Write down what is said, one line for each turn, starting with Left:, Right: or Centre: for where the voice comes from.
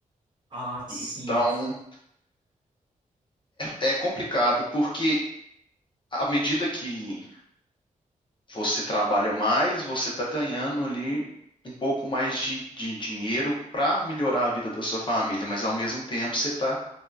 Right: Ah, sim,
Left: Então,
Right: você.
Left: é, é complicado, porque à medida que você trabalha mais, você está ganhando ali um pouco mais de, de dinheiro para melhorar a vida da sua família, mas ao mesmo tempo você está